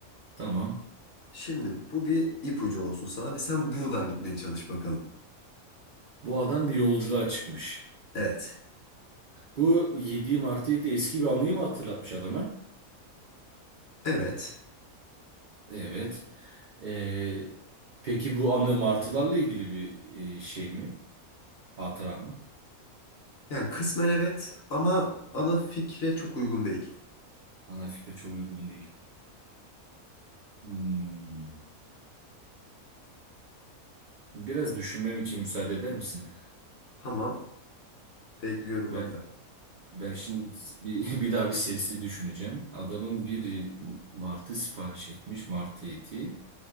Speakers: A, on the right; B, on the left.
A: tamam.
B: Şimdi bu bir ipucu olsun sana ve sen buradan gitmeye çalış bakalım.
A: Bu adam bir yolculuğa çıkmış.
B: Evet.
A: Bu yediğim artı eti eski bir anıyı mı hatırlatmış adama?
B: Evet.
A: Evet. Ee, peki bu anı martılarla ilgili bir e, şey mi? Hatıra mı?
B: Yani kısmen evet ama ana fikre çok uygun değil.
A: Ana fikre çok uygun değil. Hmm. Biraz düşünmem için müsaade eder misin?
B: Tamam. Bekliyorum
A: Ben
B: bakalım.
A: Ben şimdi bir, <laughs> bir daha bir sesi düşüneceğim. Adamın biri martı sipariş etmiş, martı eti.